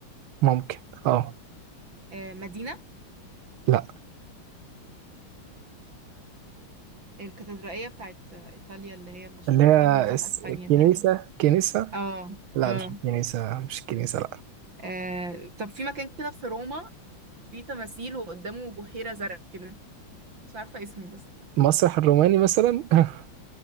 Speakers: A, on the right; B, on the right.
A: ممكن اه
B: آه مدينة
A: لأ
B: الكاتدرائية بتاعت آه، إيطاليا اللي هي المشهورة
A: اللي هي
B: دي ولا دي
A: اس-
B: في أسبانيا تقريبا
A: كنيسة كنيسة
B: اه
A: لأ
B: اه
A: مش كنيسة مش كنيسة لأ
B: آه، طب في مكان كده في روما في تماثيل وقدامه بحيرة زرق كده مش عارفة اسمه بس
A: المسرح الروماني مثلا <laughs>